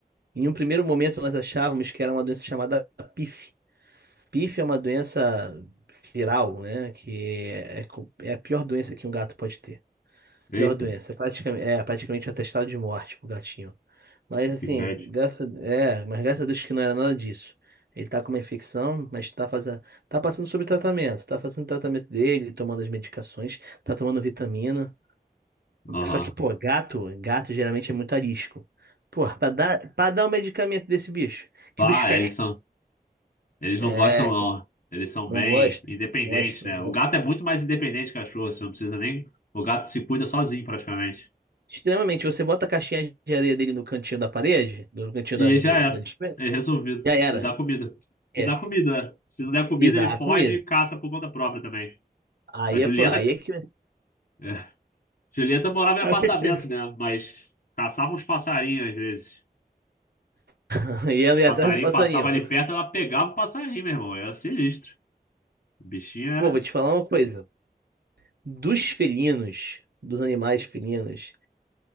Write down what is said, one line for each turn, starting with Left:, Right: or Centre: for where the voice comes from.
Right: Em um primeiro momento, nós achávamos que era uma doença chamada PIF. PIF é uma doença viral, né? Que é, é co- é a pior doença que um gato pode ter.
Left: Eita,
Right: Pior doença. Praticamente, é praticamente um atestado de morte pro gatinho. Mas assim,
Left: que bad.
Right: graças, é, mas graças a Deus que não era nada disso. Ele tá com uma infecção, mas tá fazendo, tá passando sobre tratamento, tá fazendo o tratamento dele, tomando as medicações, tá tomando vitamina.
Left: Aham.
Right: Só que, pô, gato, gato geralmente é muito arisco. Pô, pra dar, pra dar um medicamento desse bicho, que
Left: Ah,
Right: o bicho fica.
Left: é isso. Eles
Right: É,
Left: não gostam, não. Eles são
Right: não
Left: bem
Right: gosto,
Left: independentes,
Right: não gosto,
Left: né?
Right: não gosto.
Left: O gato é muito mais independente que o cachorro, você não precisa nem. O gato se cuida sozinho, praticamente.
Right: Extremamente, você bota a caixinha de areia dele no cantinho da parede, no cantinho
Left: E
Right: da areia
Left: aí já
Right: da,
Left: era.
Right: da despensa,
Left: É resolvido.
Right: já era.
Left: E dá comida.
Right: É,
Left: E dá comida, é. Se não der comida,
Right: e dá
Left: ele foge
Right: a comida.
Left: e caça por conta própria também.
Right: Aí
Left: A Julieta.
Right: é, pro- aí é que.
Left: é. Julieta morava em
Right: Ah,
Left: apartamento,
Right: o que que tem?
Left: né? Mas caçava uns passarinhos às vezes.
Right: <laughs> Aí ela ia
Left: Passarinho
Right: atrás do passarinho.
Left: passava ali perto, ela pegava o passarinho, meu irmão. Era sinistro. O bichinho era.
Right: Pô, vou te falar uma coisa. Dos felinos, dos animais felinos,